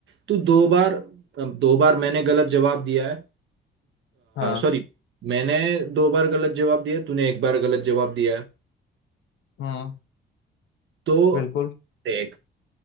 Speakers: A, on the right; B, on the left.
A: तू दो बार दो बार मैंने गलत जवाब दिया है
B: हाँ
A: सॉरी मैंने दो बार गलत जवाब दिया है, तूने एक बार गलत जवाब दिया है
B: हम्म
A: तो
B: बिल्कुल
A: देख